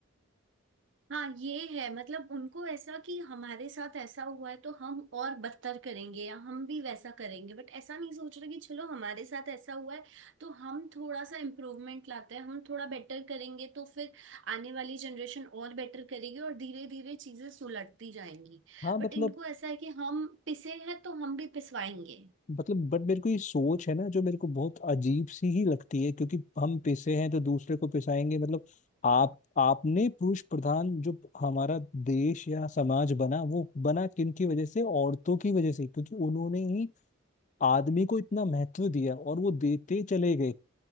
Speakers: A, on the right (about 60°); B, on the left (about 35°).
A: हाँ ये है मतलब उनको ऐसा कि हमारे साथ ऐसा हुआ है तो हम और बदतर करेंगे या हम भी वैसा करेंगे बट ऐसा नहीं सोच रहे कि चलो हमारे साथ ऐसा हुआ है तो हम थोड़ा सा इम्प्रूवमेंट लाते हैं हम थोड़ा बेटर करेंगे तो फिर आने वाली जनरेशन और बेटर करेगी और धीरे धीरे चीजें सुलटती जाएंगी
B: हाँ मतलब
A: बट इनको ऐसा है कि हम पिसे हैं तो हम भी पिसवाएंगे
B: मतलब बट मेरे को ये सोच है ना जो मेरे को बहुत अजीब सी ही लगती है क्योंकि हम पिसे हैं तो दूसरे को पिसाएंगे मतलब आप आपने पुरुष प्रधान जो हमारा देश या समाज बना वो बना किन की वजह से औरतों की वजह से क्योंकि उन्होंने ही आदमी को इतना महत्व दिया और वो देते चले गए